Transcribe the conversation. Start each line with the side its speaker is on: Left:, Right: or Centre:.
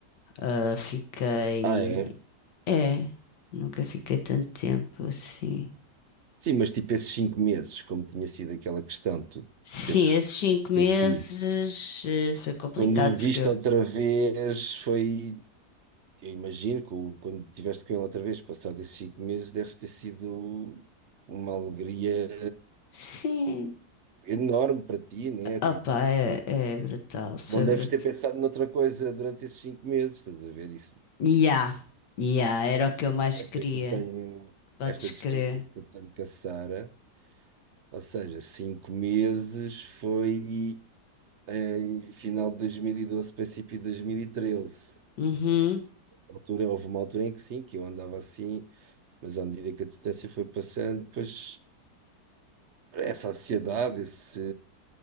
Left: Ah, fiquei,
Right: Ah, é?
Left: é, nunca fiquei tanto tempo assim.
Right: Sim, mas tipo esses cinco meses, como tinha sido aquela questão de tu
Left: Sim,
Right: teres
Left: esses cinco
Right: teu
Left: meses
Right: filho,
Left: eh, foi complicado
Right: quando o
Left: porque
Right: viste
Left: eu.
Right: outra vez foi, eu imagino que o- quando tiveste com ele outra vez, passado esses cinco meses, deve ter sido uma alegria
Left: Sim,
Right: enorme para ti, né? Tipo,
Left: opa, é, é brutal, foi
Right: não deves
Left: brutal.
Right: ter pensado noutra coisa durante esses cinco meses, estás a ver isso?
Left: Ya, ya, era o
Right: Esta
Left: que eu mais
Right: distância
Left: queria,
Right: que eu tenho,
Left: podes
Right: esta distância
Left: crer.
Right: que eu tenho com a Sara, ou seja, cinco meses foi. em final de 2012, princípio de 2013.
Left: Uhum.
Right: Na altura, houve uma altura em que sim, que eu andava assim, mas à medida que a distância foi passando, depois essa ansiedade, esse,